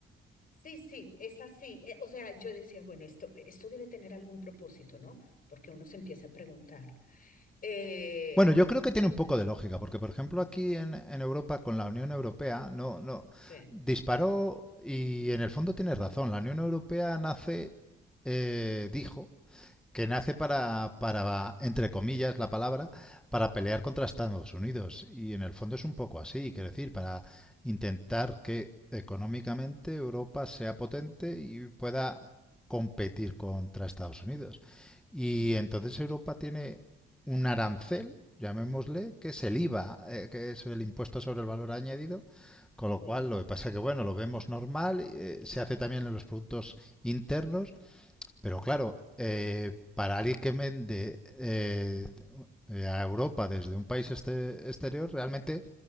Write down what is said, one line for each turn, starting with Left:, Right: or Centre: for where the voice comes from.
Left: Sí, sí, es así. Eh, o sea, yo decía, bueno, esto, esto debe tener algún propósito, ¿no? Porque uno se empieza a preguntar. Eh,
Centre: Bueno, yo creo que tiene un poco de lógica, porque por ejemplo aquí en, en Europa con la Unión Europea no, no
Left: sí,
Centre: disparó y en el fondo tiene razón. La Unión Europea nace, eh, dijo que nace para, para, entre comillas, la palabra, para pelear contra Estados Unidos. Y en el fondo es un poco así, quiero decir, para intentar que económicamente Europa sea potente y pueda competir contra Estados Unidos. Y entonces Europa tiene un arancel, llamémosle, que es el IVA, eh, que es el impuesto sobre el valor añadido, con lo
Left: sí,
Centre: cual lo que pasa es que, bueno, lo vemos normal, eh, se hace también en los productos internos pero claro, eh, para alguien que vende eh, eh, a Europa desde un país este- exterior, realmente